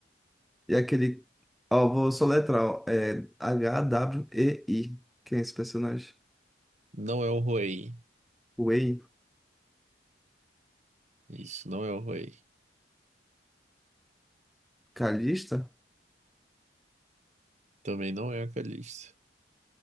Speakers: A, in the centre; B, on the right.
A: E aquele. Ó, vou soletrar, ó. É H-W-E-I. Quem é esse personagem?
B: Não é o Ruei.
A: Wei.
B: Isso, não é o Ruei.
A: Kalista?
B: Também não é a Calista.